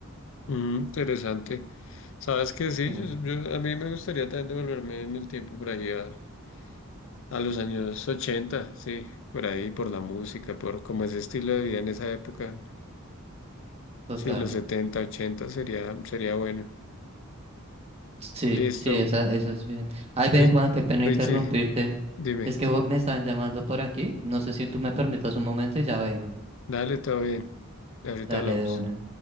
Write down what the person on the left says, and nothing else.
mm, interesante. ¿Sabes qué? Sí,
yo, yo- a mí me gustaría también devolverme en el tiempo por ahí a, a los años 80 sí, por ahí, por la música, por como ese estilo de vida en esa época.
Sí, los 70, 80 sería, sería bueno.
Listo.
Ri-
Richie,
dime.
Dale, todo bien. Ahorita
hablamos.